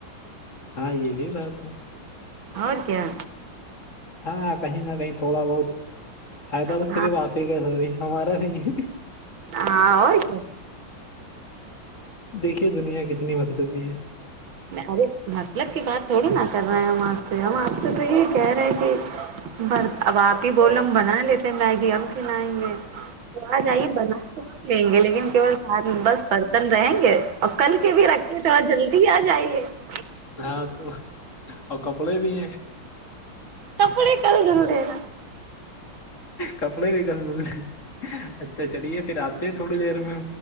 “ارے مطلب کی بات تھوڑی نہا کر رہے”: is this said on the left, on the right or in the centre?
Right